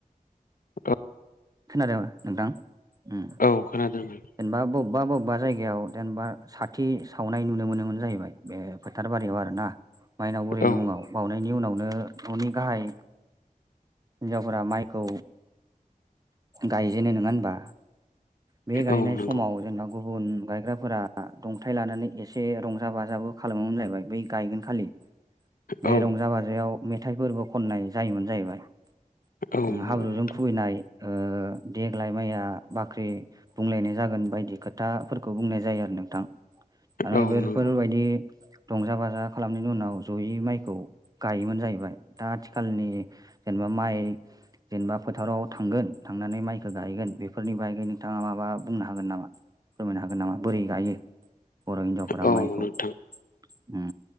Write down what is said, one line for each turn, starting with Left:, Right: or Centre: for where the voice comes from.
Left: <unintelligible>
Right: खोनादों नोंथां? उम
Left: औ खोनादों नों
Right: जेनेबा बबेबा बबेबा जायगायाव जेनेबा साथि सावनाय नुनो मोनोमोन जाहैबाय बे फोथारबारि आव आरोना मायनाव बुरैनि
Left: औ
Right: मुङाव बावनायनि उनावनो न'नि गाहाय हिनजावफोरा माइखौ गायजेनो नङा होनबा? बे गायनाय
Left: औ नंगौ
Right: समाव जोंना गुबुन गायग्राफोरा दंथाइ लानानै एसे रंजा बाजाबो खालामोमोन जाहैबाय बै गायगोन खालि। बे
Left: औ
Right: रंजा बाजायाव मेथाइफोरबो खननाय जायोमोन जाहैबाय।
Left: औ
Right: ओ
Left: नंगौ
Right: हाब्रुजों
Left: नोंथां
Right: खुबैनाय ओ देग्लाय माइया बाख्रि बुंलायनाय जागोन बायदि खोथाफोरखौ बुंनाय जायो आरो नोंथां आरो
Left: औ
Right: बेफोरबायदि
Left: नंगौ
Right: रंजा बाजा खालामनायनि उनाव जयै माइखौ गायोमोन जाहैबाय दा आथिखालनि जेनेबा माइ जेनेबा फोथाराव थांगोन, थांनानै माइखौ गायगोन बेफोरनि बागै नोंथाङा माबा बुंनो हागोन नामा फोरमायनो हागोन नामा? बोरै गायो। बर' हिनजावफोरा
Left: औ
Right: माइखौ
Left: नोंथां।
Right: उम